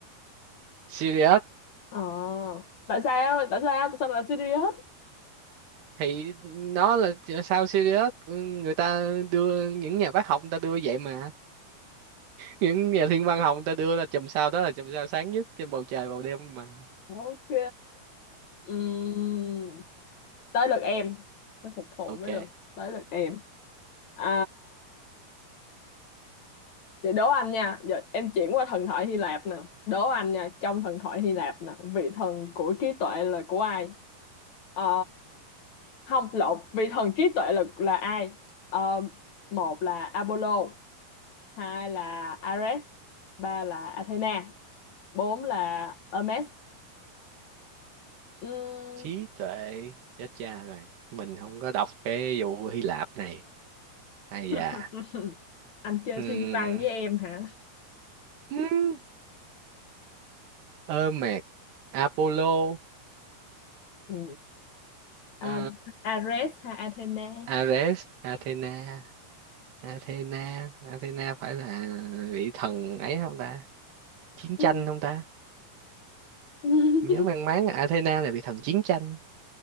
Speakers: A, on the right; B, on the left.
A: Sirius
B: Ờ tại sao tại sao tại sao lại là serious
A: thì nó là sao Sirius Ừ, người ta đưa những nhà bác học người ta đưa vậy mà những nhà thiên văn học người ta đưa ra chùm sao đó là chùm sao sáng nhất trên bầu trời vào đêm mà
B: Ok Ừm, Tới lượt em Phải phục thù
A: ok
B: mới được Tới lượt em À Vậy đố anh nha, giờ em chuyển qua thần thoại Hy Lạp nè. Đố anh nha, trong thần thoại Hy Lạp nè, vị thần của trí tuệ là của ai? Ờ, không, lộn, vị thần trí tuệ là là ai? Ờ, một là Apollo, hai là Ares, ba là Athena, bốn là Hermes. Ừm,
A: trí tuệ chết cha rồi mình không có đọc cái vụ Hy Lạp này hay
B: <laughs>
A: dạ
B: Anh chơi
A: Ừm.
B: thiên văn với em hả?
A: Ừm. ơ mệt Apollo
B: Ừ. A-
A: ờ,
B: Ares hay Athena?
A: Ares Athena Athena Athena phải là vị thần ấy không ta chiến
B: Ừ.
A: tranh không ta
B: <laughs>
A: nhớ mang máng là Athena là vị thần chiến tranh